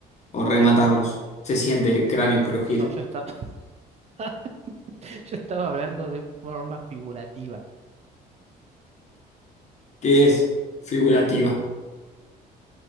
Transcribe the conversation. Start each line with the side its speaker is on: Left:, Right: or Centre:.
Left: o rematarlos. Se siente el cráneo crujir.
Right: No, yo estaba, <laughs> yo estaba hablando de forma figurativa,
Left: ¿Qué es figurativa?